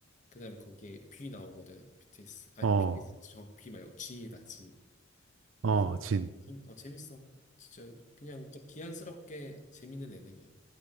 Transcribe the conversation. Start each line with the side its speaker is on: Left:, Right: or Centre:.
Left: 그다음에 거기에 뷔 나오거든. BTS 아니
Right: 어,
Left: BTS 저뷔 말고 진이다 진.
Right: 어,
Left: 그래서
Right: 진.
Left: 좀, 어, 재밌어. 진짜 그냥 딱 기한스럽게 재밌는 예능이야.